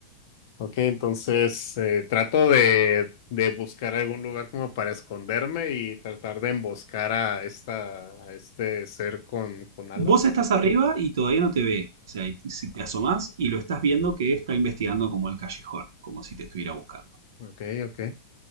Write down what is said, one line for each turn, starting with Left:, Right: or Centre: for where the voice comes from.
Left: Ok, entonces eh, trato de, de buscar algún lugar como para esconderme y tratar de emboscar a esta, a este ser con, con alas.
Right: Vos estás arriba y todavía no te ve, o sea, y t- si te asomás y lo estás viendo que está investigando como el callejón, como si te estuviera buscando.
Left: Ujú, Ok, ok.